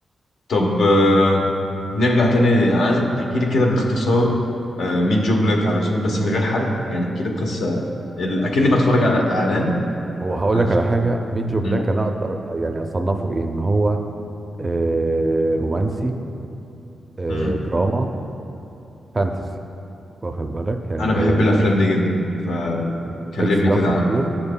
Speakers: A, on the left (about 80°); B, on the right (about 15°).
A: طب آه، نرجع تاني أنا عايزك تحكي لي كده باختصار آه، ميت جوب لك علشان بس من غير حرق يعني احكي لي قصة ال- أكني بتفرج على إعلان
B: هو هقول
A: على
B: لك
A: فيلم
B: على حاجه ميت جو بلاك
A: مم.
B: انا اقدر يعني اصنفه ايه ان هو آه رومانسي آه
A: مم.
B: دراما فانتسي واخد بالك يعني
A: أنا
B: خيالي
A: بحب الأفلام
B: شويه
A: دي جدا فكلمني
B: الميكس ده
A: كده
B: خطير
A: عنها